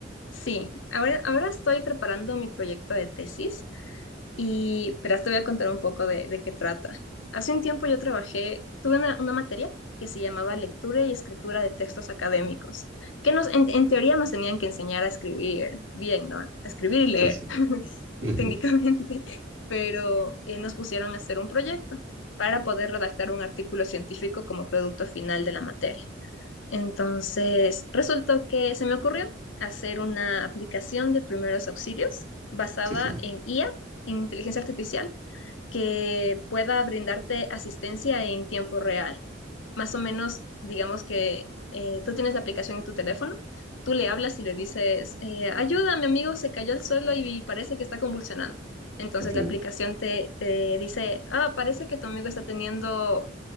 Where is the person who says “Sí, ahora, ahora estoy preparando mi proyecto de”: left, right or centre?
Left